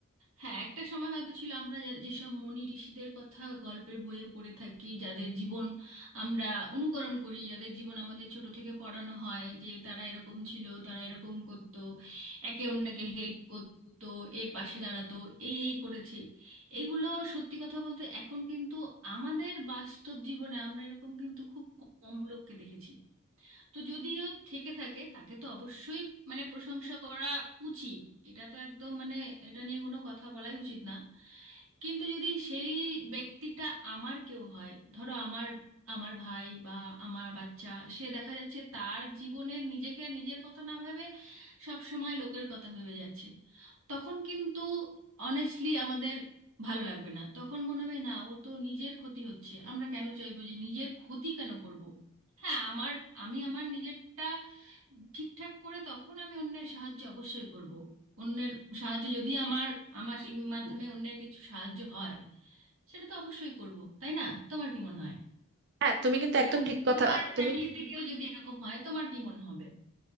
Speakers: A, on the right; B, on the right.
A: হ্যাঁ একটা সময় হয়তো ছিল আমরা যা- যেসব মুনি ঋষিদের কথা গল্পের বইয়ে পড়ে থাকি যাদের জীবন আমরা অনুকরণ করি যাদের জীবন আমাদের ছোট থেকে পড়ানো হয় যে তারা এরকম ছিল তারা এরকম করতো একে অন্যকে হেল্প করতো এর পাশে দাঁড়াতো এই এই করেছে এগুলো সত্যি কথা বলতে এখন কিন্তু আমাদের বাস্তব জীবনে আমরা এরকম কিন্তু খুব কম লোককে দেখেছি তো যদিও থেকে থাকে তাকে তো অবশ্যই মানে প্রশংসা করা উচিত এটা তো একদম মানে এটা নিয়ে কোনো কথা বলাই উচিত না কিন্তু যদি সেই ব্যক্তিটা আমার কেউ হয় ধরো আমার আমার ভাই বা আমার বাচ্চা সে দেখা যাচ্ছে তার জীবনে নিজেকে নিজের কথা না ভেবে সব সময় লোকের কথা ভেবে যাচ্ছে তখন কিন্তু অনেস্টলি আমাদের ভালো লাগবে না তখন মনে হবে না ও তো নিজের ক্ষতি হচ্ছে আমরা কেন চাইবো যে নিজের ক্ষতি কেন করব হ্যাঁ আমার আমি আমার নিজেরটা ঠিকঠাক করে তখন আমি অন্যের সাহায্য অবশ্যই করব অন্যের সাহায্য যদি আমার আমার মাধ্যমে অন্যের কিছু সাহায্য হয় সেটা তো অবশ্যই করব তাই না তোমার কি মনে হয়
B: হ্যাঁ তুমি কিন্তু
A: এরকম
B: একদম ঠিক
A: যদি
B: কথা
A: তোমার
B: তুমি
A: ফ্যামিলিতে কেউ যদি এরকম হয় তোমার কি মনে হবে